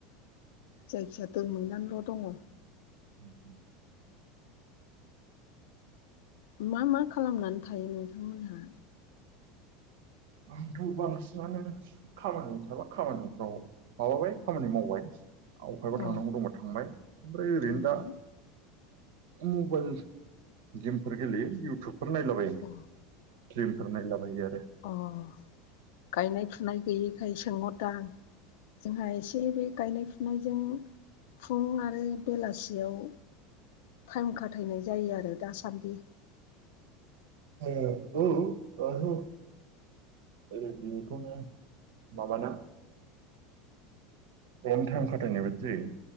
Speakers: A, on the left; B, on the right.
A: जायखिजाया दै मोननानैल' दङ।
B: उम उम
A: मा मा खालामनानै थायो नोंथांमोनहा?
B: आं बांसिनानो खामानि थाबा खामानिफ्राव माबाबाय खामानि मावबाय। अबहायबा
A: अ
B: थांनांगौ दंबा थांबाय ओमफ्राय ओरैनो
A: थांबाय
B: दा मबाइल गेमफोर गेलेयो इउटुब। फोर नायलाबायो
A: अ
B: फिल्मफोर नायलाबायो आरो।
A: ओम गायनाय फुनाय गैयैखाय सोंह रदां जोंहा एसे बे गायनाय फुनायजों फुं आरो बेलासियाव टाइम खाथायनाय जायो आरो दासान्दि।
B: ए औ ओहो ओ बेखौनो माबाना बेयावनो टाइम खाथायनाय बायदि जायो।